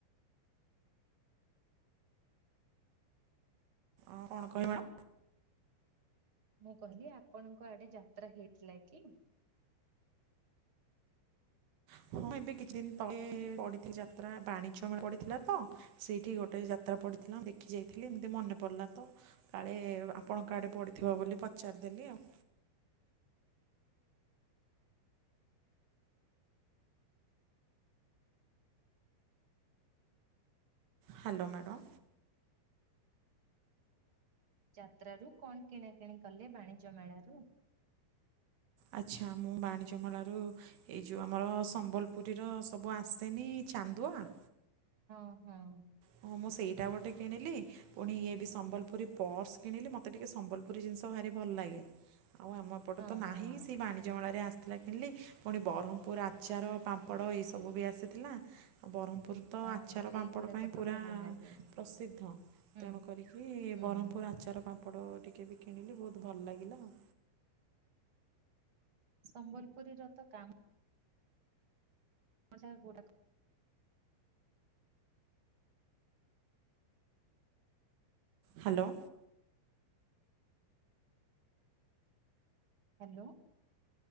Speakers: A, on the right; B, on the right.
A: ଆଉ କଣ କହିଲ ମ୍ୟାଡାମ?
B: ମୁଁ କହିଲି ଆପଣଙ୍କ ଆଡେ ଯାତ୍ରା ହେଇଥିଲା କି?
A: ହଁ ଏବେ କିଛି ଦିନ ତଳେ ପଡିଥିଲା ଯାତ୍ରା ବାଣିଜ୍ୟ ପଡିଥିଲା ତ। ସେଇଠି ଗୋଟେ ଯାତ୍ରା ପଡିଥିଲା ଦେଖି ଯାଇଥିଲି ଏମିତି ମନେ ପଡିଲା ତ। କାଳେ ଆପଣଙ୍କ ଆଡେ ପଡିଥିବ ବୋଲି ପଚାରିଦେଲି ଆଉ। Hello madam.
B: ଯାତ୍ର ରୁ କଣ କିଣାକିଣି କଲେ ବାଣିଜ୍ୟ ମେଳାରୁ?
A: ଆଚ୍ଛା ମୁଁ ବାଣିଜ୍ୟ ମେଳାରୁ ଏଇ ଯୋଉ ଆମର ସମ୍ବଲପୁରୀ ର ସବୁ ଆସେନି ଚାନ୍ଦୁଆ
B: ହଁ-ହଁ।
A: ହଁ ମୁଁ ସେଇଟା ଗୋଟେ କିଣିଲି ପୁଣି ଇଏ ବି ସମ୍ବଲପୁରୀ ପର୍ସ କିଣିଲି ମତେ ଟିକେ ସମ୍ବଲପୁରୀ ଜିନିଷ ତ ଭାରି ଭଲ ଲାଗେ ଆଉ ଆମ ଏପଟେ
B: ହଁ
A: ତ ନାହିଁ
B: ହଁ
A: ସେଇ ବାଣିଜ୍ୟ ମେଳାରେ ଆସିଥିଲା କିଣିଲି। ପୁଣି ବ୍ରହ୍ମପୁର ଆଚାର, ପାମ୍ପଡ଼ ଏଇ ସବୁ ବି ଆସିଥିଲା ଆଉ ବ୍ରହ୍ମପୁର ତ
B: ହଁ
A: ଆଚାର
B: ସେଇଗୁଡାକ
A: ପାମ୍ପଡ଼ ପାଇଁ
B: ତ
A: ପୁରା
B: ଭଲ ଲାଗେ
A: ପ୍ରସିଦ୍ଧ
B: ହୁଁ।
A: ତେଣୁ କରିକି
B: ହୁଁ
A: ବ୍ରହ୍ମପୁର ଆଚାର, ପାମ୍ପଡ଼ ଟିକେ ବି କିଣିଲି ବହୁତ ଭଲ ଲାଗିଲା ଆଉ।
B: ସମ୍ବଲପୁରୀର ତ କାମ ମଜା ଗୁଡ଼ାଖ।
A: ହ୍ୟାଲୋ।
B: ହ୍ୟାଲୋ।